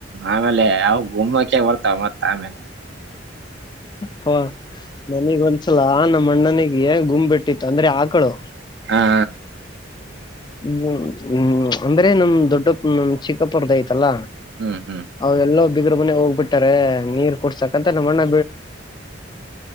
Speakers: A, on the right; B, on the left.
A: ಆಮೇಲೆ ಯಾವ ಗುಮಕ ಬರ್ತಾವ ಮತ್ತ ಆಮೇಲೆ
B: ಪ್ಪ ನನಗ್ ಒಂದ್ಸಲ ನಮ್ಮ ಅಣ್ಣನಿಗೆ ಗುಮ್ ಬಿಟ್ಟಿತ್ತು ಅಂದ್ರೆ ಆಕಳು
A: ಹಾ
B: ಹ್ಮ ಹ್ಮ್ ಅಂದ್ರೆ ನಮ್ ದೊಡ್ಡ ನಮ್ ಚಿಕ್ಕಪುರದೈ ಲ್ಲ
A: ಹ್ಮ್ ಹ್ಮ್
B: ಅವೆಲ್ಲ ಗ್ರ ಮನೆ ಹೋಗ್ಬಿಟ್ಟಾರೆ ನೀರ್ ಕೊಡ್ಸಕಂತ ನಮ್ಮಣ್ಣ